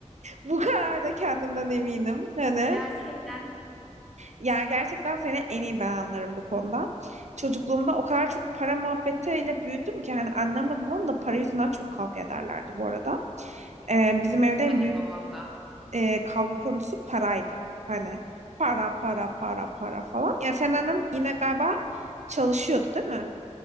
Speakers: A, on the right; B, in the centre.
A: Bu kadar da kendimden eminim. Hani
B: gerçekten.
A: yani gerçekten seni en iyi ben anlarım bu konuda. Çocukluğumda o kadar çok para muhabbetiyle büyüdüm ki hani annemle babam da para yüzünden çok kavga ederlerdi bu arada. Ee, bizim evde en
B: Annem
A: büyük
B: de babam da.
A: e, kavga konusu paraydı. Hani para para para para falan. Ya sen annen yine galiba çalışıyordu değil mi?